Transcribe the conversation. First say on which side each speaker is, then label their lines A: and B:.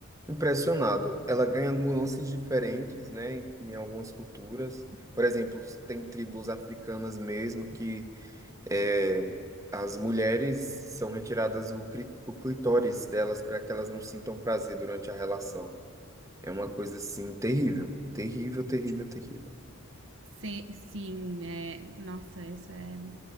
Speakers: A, on the right; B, on the right.
A: impressionado. Ela ganha nuances diferentes, né? Em, em algumas culturas, por exemplo, tem tribos africanas mesmo que É, as mulheres são retiradas o, cri- o clitóris delas para que elas não sintam prazer durante a relação. É uma coisa assim terrível, terrível, terrível, terrível.
B: Se- sim, é, nossa, essa é.